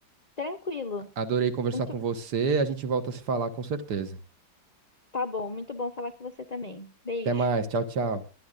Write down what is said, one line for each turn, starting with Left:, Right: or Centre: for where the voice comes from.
Left: Tranquilo.
Right: Adorei conversar
Left: Muito,
Right: com você. A gente volta a se falar com certeza.
Left: tá bom, muito bom falar com você também. Beijo.
Right: Até mais. Tchau, tchau.